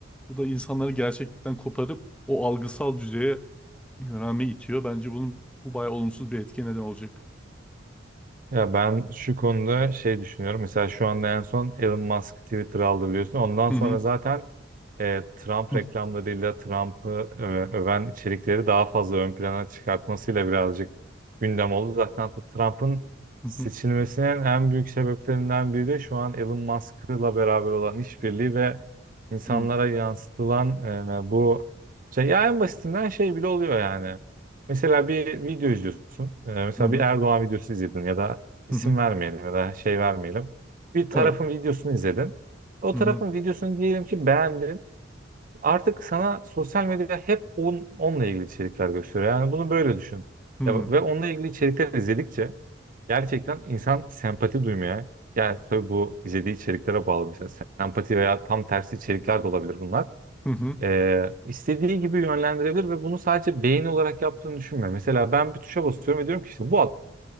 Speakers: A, in the centre; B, on the right.
A: Bu da insanları gerçeklikten koparıp o algısal düzeye yönelme itiyor. Bence bunun bu bayağı olumsuz bir etki neden olacak.
B: Ya ben şu konuda şey düşünüyorum. Mesela şu anda en son Elon Musk Twitter aldı biliyorsun. Ondan
A: <laughs>
B: sonra zaten e, Trump
A: Hı
B: reklamlarıyla Trump'ı e, öven içerikleri daha fazla ön plana çıkartmasıyla birazcık gündem oldu. Zaten Trump'ın
A: hı
B: seçilmesinin en büyük sebeplerinden biri de şu an Elon Musk'la beraber olan işbirliği ve insanlara
A: hı
B: yansıtılan e, bu şey ya en basitinden şey bile oluyor yani. Mesela bir video izliyorsun. E, mesela
A: hı hı
B: bir Erdoğan videosu izledin ya da isim
A: hı hı.
B: vermeyelim ya da şey vermeyelim. Bir tarafın
A: Evet.
B: videosunu izledin. O
A: Hı
B: tarafın
A: hı
B: videosunu diyelim ki beğendin artık sana sosyal medya hep on, onunla ilgili içerikler gösteriyor. Yani bunu böyle düşün.
A: hı
B: Ya, ve onunla ilgili içerikler izledikçe gerçekten insan sempati duymaya, yani tabii bu izlediği içeriklere bağlı mesela sempati veya tam tersi içerikler de olabilir bunlar.
A: hı
B: Ee, istediği gibi yönlendirebilir ve bunu sadece beğeni olarak yaptığını düşünmüyor. Mesela ben bir tuşa basıyorum ve diyorum ki işte bu